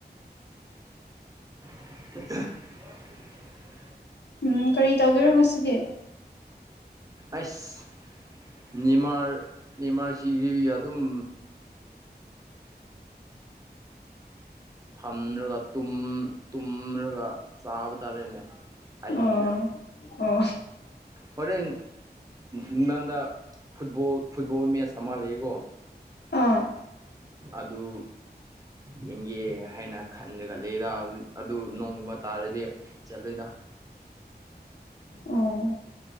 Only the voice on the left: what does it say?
ꯎꯝ ꯀꯔꯤ ꯇꯧꯕꯤꯔꯣ ꯉꯁꯤꯗꯤ
ꯑꯣ ꯑꯣ
ꯑꯥ
ꯑꯣ